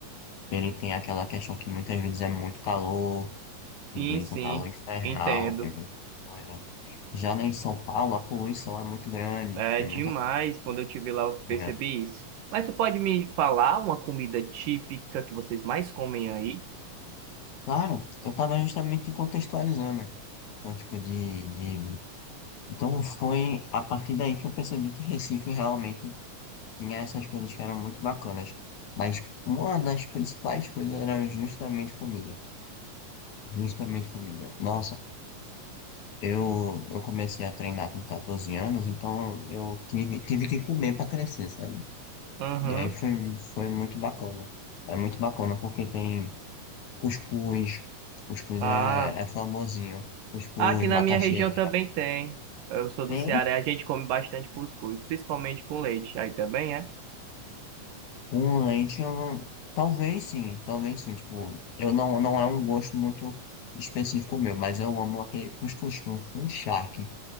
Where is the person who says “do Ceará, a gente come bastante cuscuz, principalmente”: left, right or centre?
Right